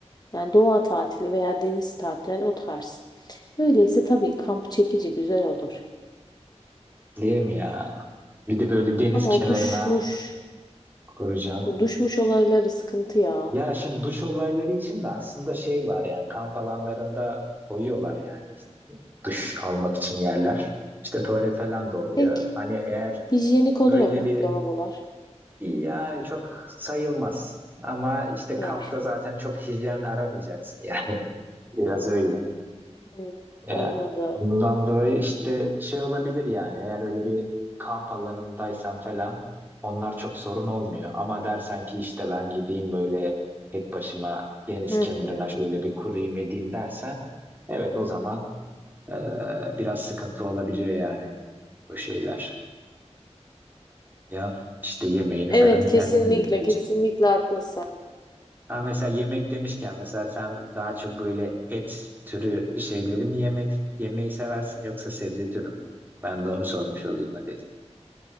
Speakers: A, on the left (about 35°); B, on the right (about 15°).
A: Yani doğa tatili veya deniz tatili yani o tarz. Öyleyse tabii kamp çekici güzel olur.
B: Değil mi ya? Bir de böyle deniz
A: Ama
B: kenarına
A: o duşmuş,
B: kuracaksın.
A: o duşmuş olayları sıkıntı ya.
B: Ya şimdi duş olayları için de aslında şey var yani kamp alanlarında koyuyorlar yani duş almak için yerler. İşte tuvalet falan da oluyor.
A: Peki
B: Hani eğer
A: hijyenik oluyor
B: öyle
A: mu
B: bir
A: lavabolar?
B: yani çok sayılmaz. Ama işte
A: Eh,
B: kampta zaten çok hijyen aramayacaksın yani. <laughs> Biraz öyle.
A: hmm,
B: Yani
A: anladım.
B: ondan dolayı işte şey olabilir yani eğer öyle bir kamp alanındaysan falan onlar çok sorun olmuyor. Ama dersen ki işte ben gideyim böyle tek başıma deniz
A: Hı
B: kenarına
A: hı.
B: şöyle bir kurayım edeyim dersen evet o zaman eee, biraz sıkıntı olabiliyor yani o şeyler. Ya işte yemeğini
A: Evet
B: falan
A: kesinlikle
B: kendin yapıyorsun.
A: kesinlikle haklısın.
B: Ha, mesela yemek demişken mesela sen daha çok böyle et türü şeyleri mi yemek yemeyi seversin yoksa sebze türü mü? Ben de onu sormuş olayım hadi.